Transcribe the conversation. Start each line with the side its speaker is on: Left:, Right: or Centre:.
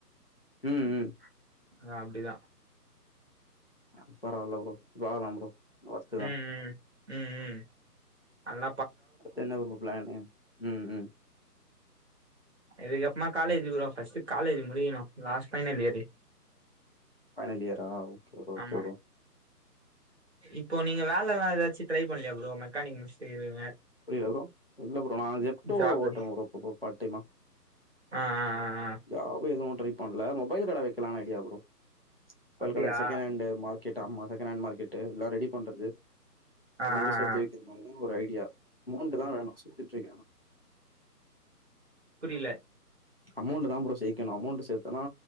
Left: ம் ம்
Right: அ அப்டிதா
Left: அது பரவால்ல ப்ரோ வேனா ப்ரோ வொர்த்து தான்.
Right: ம் ம் ம் ம் அன்ன
Left: அடுத்து என்ன ப்ரோ பிளானு ம் ம்
Right: இதுக்கப்ரமா காலேஜு ப்ரோ ஃபஸ்ட்டு காலேஜ் முடியனு லாஸ்ட் ஃபைனலியரு
Left: ஃபைனலியரா ஓகே ஓகே
Right: ஆமா
Left: ப்ரோ
Right: இப்போ நீங்க வேலல்லா எதாச்சு ட்ரை பண்லயா ப்ரோ மெக்கானிக் முச்சுட்டு இருகிங்க
Left: புரில ப்ரோ இல்ல ப்ரோ நா ஜெப்டோ
Right: ஜாபு
Left: ஓட்ற ப்ரோ ப பார்ட்டைமா
Right: ஆ ஆ ஆ ஆ
Left: ஜாப் எது ட்ரை பண்ல மொபைல் கட வைக்கலானு ஐடியா ப்ரோ மொபைல்கட
Right: அப்டியா
Left: செகெணடண்டு மார்க்கெட் ஆமா செகெண்டண்டு மார்க்கெட்டு எல்லா ரெடி பண்றது
Right: ஆ ஆ
Left: ரெண்டுமே சேத்தி
Right: ஆ
Left: வைக்கிற மாரிதா ஒரு ஐடியா அமௌண்டு தா வேணு சேத்துட்ருக்க நா
Right: இல்ல
Left: அமௌண்டுதா ப்ரோ சேக்கணு அமௌண்டு சேத்தனா